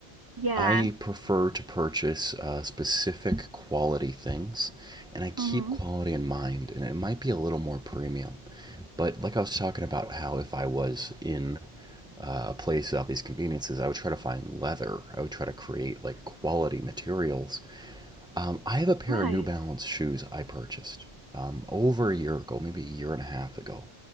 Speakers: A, on the right; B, in the centre.
A: Yeah.
B: I prefer to purchase uh, specific quality things and I keep
A: Mm-hmm.
B: quality in mind, and it might be a little more premium. But like I was talking about, how if I was in uh, a place of these conveniences, I would try to find leather. I would try to create like quality materials. Um, I have a pair
A: Right.
B: of New Balance shoes I purchased um, over a year ago, maybe a year and a half ago